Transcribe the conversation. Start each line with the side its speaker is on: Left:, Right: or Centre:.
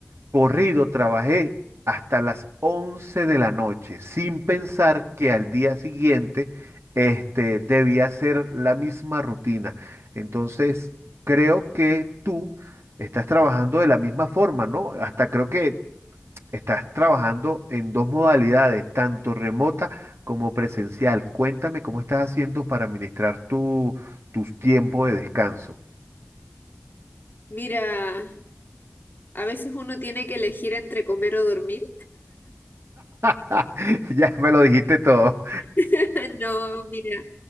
Right: corrido trabajé hasta las 11 de la noche, sin pensar que al día siguiente este, debía hacer la misma rutina. Entonces, creo que tú estás trabajando de la misma forma, ¿no? Hasta creo que Estás trabajando en dos modalidades, tanto remota como presencial. Cuéntame cómo estás haciendo para administrar tu, tus tiempos de descanso.
Left: Mira, a veces uno tiene que elegir entre comer o dormir.
Right: <laughs> Ya me lo dijiste todo.
Left: <laughs> No, mira,